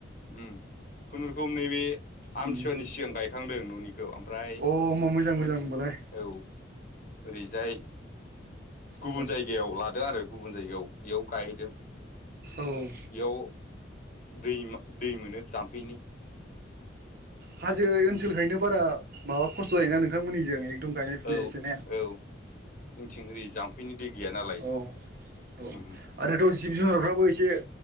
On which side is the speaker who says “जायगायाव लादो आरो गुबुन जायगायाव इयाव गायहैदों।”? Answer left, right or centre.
Left